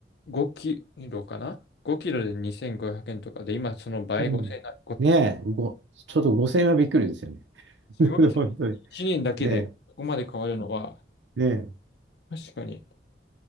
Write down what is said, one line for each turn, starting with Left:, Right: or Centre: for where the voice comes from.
Left: 5キロかな ?5 キロで2500円とかで、今その倍5千円な、
Right: う。うん。ねえ、ご、ちょっと5000円はびっくりですよね。
Left: すごいですね。
Right: <laughs> 本当に。
Left: 1年だけでここまで変わるのは、
Right: で、ねえ、
Left: 確かに